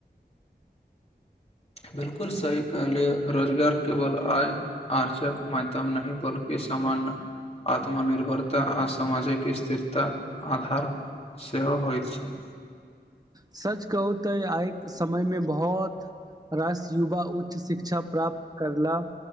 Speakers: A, on the left; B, on the right.
A: बिलकुल सही कहलिय रोजगार केवल आय आर्जक माध्यम नहि बल्कि इ सामान्य आत्मनिर्भरता आ सामाजिक स्थिरता आधार सेहो होइत छै
B: सच कहू तऽ आइ समयमे बहुत रास युवा उच्च शिक्षा प्राप्त करला